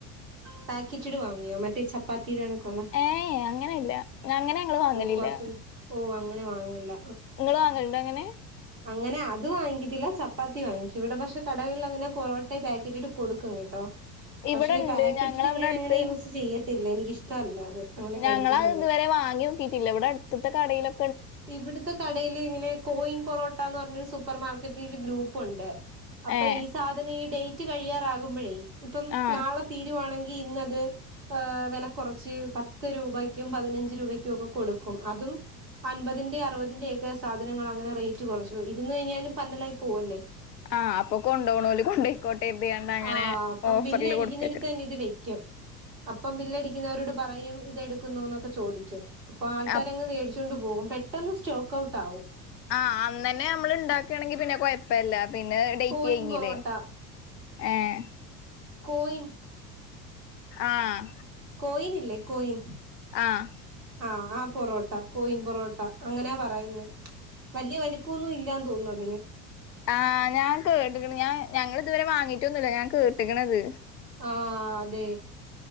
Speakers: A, on the right (about 80°); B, on the left (about 80°).
A: പാക്കറ്റ്ഡ് വാങ്ങിയോ മറ്റേ ചപ്പാത്തീടെ കണക്കുള്ളേ
B: ഏഹ് യെ അങ്ങനെ അല്ല അങ്ങനെ ഞങ്ങൾ വാങ്ങലില്ല
A: പൊറത്തുന്ന് ഓഹ് അങ്ങനെ വാങ്ങേല്ല
B: ഇങ്ങള് വാങ്ങല്ണ്ടോ അങ്ങനെ
A: അങ്ങനെ അത് വാങ്ങിക്കത്തില്ല ചപ്പാത്തി വാങ്ങിക്കും ഇവടെ പഷെ കടകളിൽ അങ്ങനെ പൊറോട്ടെ പാക്കറ്റിട്ട് കൊടുക്കും കേട്ടോ പഷെ
B: ഇവിടെണ്ട്
A: പാക്കറ്റ്ഡ്
B: ഞങ്ങളവിടെ
A: ഞാൻ
B: അടുത്ത്
A: അങ്ങനെ യൂസ് ചെയ്യത്തില്ല എനിക്ക് ഇഷ്ട്ടവല്ലാ അത് അങ്ങനെ കഴിക്കുന്നത്
B: ഞങ്ങളത് ഇതുവരെ വാങ്ങി നോക്കിട്ടില്ല ഇവിടെ അടുത്ത്ത്തെ കടയിലൊ
A: ഇവിടുത്തെ കടേല് ഇങ്ങനെ കോയിൻ പൊറോട്ടാന്ന് പറ്ഞ്ഞൊരു സൂപ്പർമാർക്കറ്റിൽ ഒരു ഗ്രൂപ്പുണ്ട് അപ്പം
B: ഏ
A: ഈ സാധനം ഈ ഡൈറ്റ് കഴിയാറാകുമ്പഴേ ഇപ്പം
B: ആഹ്
A: നാളെ തീരുവാണെങ്കിൽ ഇന്നത് വില കുറച്ച് പത്ത് രൂപക്കും പതിനഞ്ച് രൂപയ്ക്കും ഒക്കെ കൊടുക്കും അതും അൻപതിന്റെ അറുപതിന്റെ ഒക്കെ സാധനങ്ങൾ അങ്ങനെ റേറ്റ് കുറച്ചു ഇരുന്ന് കഴിഞ്ഞാലും പന്നലായി പോവല്ലേ
B: ആഹ് അപ്പൊ കൊണ്ടോണോല് കൊണ്ടോയിക്കോട്ടെ കര്തി കാണ്ട് അങ്ങനെ
A: ആഹ് അപ്പം
B: ഓഫറ്ല്
A: ബില്ല് അടിക്കുന്നിടത്ത്
B: കൊടുക്കെ ക്കാരം
A: <unintelligible> അപ്പം ബില്ലടിക്കുന്നവരോട് പറയും ഇതെടു ക്കുന്നോന്നൊക്കെ ചോദിക്കും അപ്പൊ ആൾക്കാരങ്ങ്
B: അപ്
A: മേടിച്ചോണ്ട് പോകും പെട്ടന്ന് സ്റ്റോക്ക് ഔട്ട് ആകും
B: ആഹ് അന്നന്നെ നമ്മള് ഇണ്ടാക്കയാണെങ്കി പിന്നെ കുഴപ്പല്ല പിന്നെ ഡേറ്റ്
A: കോയിൻ
B: കയിഞ്ഞ്
A: പൊറോട്ട
B: ല്ലേ ഏഹ്
A: കോയിൻ
B: ആഹ്
A: കോയിനില്ലേ കോയിൻ
B: ആഹ്
A: ആഹ് ആ പൊറോട്ട കോയിൻ പൊറോട്ട അങ്ങനാ പറയുന്നേ വല്ല്യ വലിപ്പൊന്നും ഇല്ലാന്ന് തോന്നുന്നു അതിന്
B: ആഹ് ഞാൻ കേട്ട്ക്ക്ണ് ഞാൻ ഞങ്ങള് ഇതുവരെ വാങ്ങിട്ടൊന്നുല്ല ഞാൻ കേട്ട്ക്ക്ണത്
A: ആഹ് അതെ